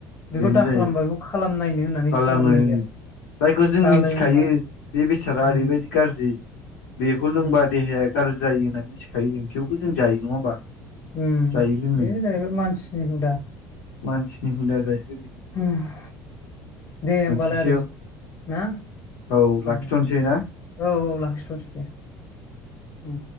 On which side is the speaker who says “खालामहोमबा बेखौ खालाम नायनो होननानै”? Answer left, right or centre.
Left